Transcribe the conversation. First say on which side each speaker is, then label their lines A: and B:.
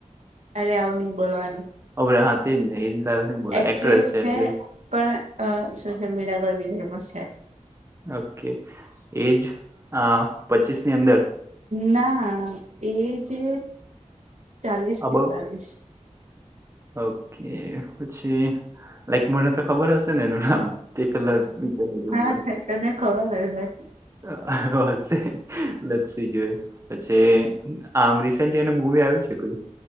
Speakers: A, on the right (about 65°); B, on the right (about 20°).
A: અરે આવું નઈ બોલવાનું
B: અરે હા તે જ ને એ. તારા બોલો
A: એક્ટ્રેસ
B: એક્ટર જ
A: છે
B: એટલે
A: પણ અ સોશિયલ મીડિયા પર બી એ ફેમસ છે.
B: ઓકે એજ આ પચીસ ની અંદર
A: ના એ જે ચાલીસ
B: અબવ
A: પિસ્તાલીસ
B: ઓકે પછી લાઈક મને તો ખબર હશે ને એનું નામ <unintelligible>
A: હા.
B: મતલબ
A: તને ખબર હ ભાઈ.
B: હ હશે લસી જો એ પછી આમ રિસેંટલી એનું મુવી આવ્યું છે કોઈ